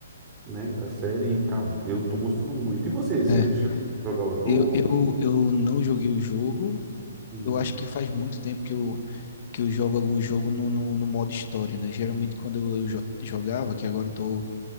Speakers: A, on the right (about 15°); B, on the left (about 40°).
A: né, da série. E, cara, eu tô gostando muito. E você, você
B: é.
A: chegou a jogar o jogo?
B: Eu, eu, eu não joguei o jogo,
A: Uhum.
B: Eu acho que faz muito tempo que eu, que eu jogo algum jogo no, no, no modo história, né? Geralmente quando eu jo- jogava, que agora eu tô